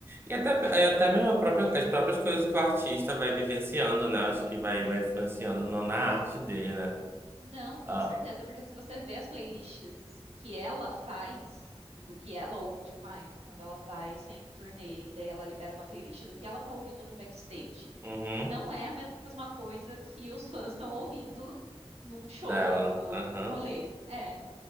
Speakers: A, on the right (about 20°); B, on the right (about 80°).
A: E até, e até mesmo a própria, as próprias coisas que o artista vai vivenciando, né? Acho que vai, vai influenciando no- na arte dele, né?
B: Não, com
A: Ah,
B: certeza, porque se você vê as playlists que ela faz, do que ela ouve, tipo, ai, quando ela vai sem turnê, e daí ela libera uma playlist do que ela tá ouvindo no backstage.
A: uhum,
B: Não é a mesma coisa que os fãs estão ouvindo num show
A: dela.
B: ou num
A: Aham.
B: rolê. É,